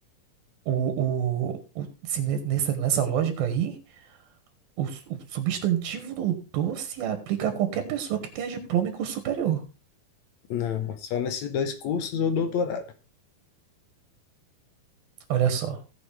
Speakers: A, on the right; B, on the left.
A: o, o, o- se ne- nessa, nessa lógica aí, o, su- o substantivo doutor se aplica a qualquer pessoa que tenha diploma em curso superior.
B: Não, só nesses dois cursos ou doutorado.
A: Olha só,